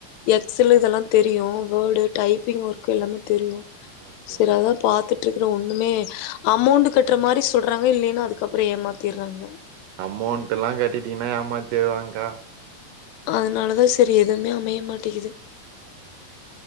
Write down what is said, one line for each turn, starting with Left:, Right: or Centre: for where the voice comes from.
Left: எக்ஸெல் இதெல்லா தெரியு வேர்டு டைப்பிங் ஒர்க்கு எல்லாமே தெரியு
Right: ஓகே
Left: செரி
Right: ஓகே
Left: அதா பாத்துட்ருக்குறோ ஒன்னுமே அமௌண்ட் கட்டுற மாரி சொல்றாங்க இல்லைனா அதுக்கப்புறோ ஏமாத்திடுறாங்க
Right: அமௌண்ட்லா கட்டிட்டிங்னா ஏமாத்திர்வாங்கக்கா
Left: அதனால தா செரி எதுமே அமைய மாட்டிக்கிது